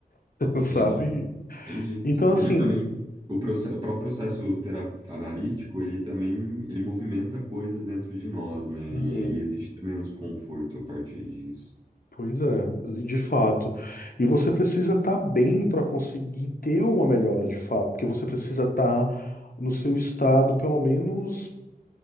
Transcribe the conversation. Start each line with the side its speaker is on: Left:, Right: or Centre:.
Left: <laughs>
Right: entendi.
Left: sabe?
Right: Entendi.
Left: Então, assim,
Right: Porque também o, proce- o próprio processo tera- analítico, ele também ele movimenta coisas dentro de nós, né?
Left: hum,
Right: E aí existe também um desconforto a partir disso.
Left: pois é, de fato. E você precisa estar bem para conseguir ter uma melhora, de fato, porque você precisa estar no seu estado, pelo menos.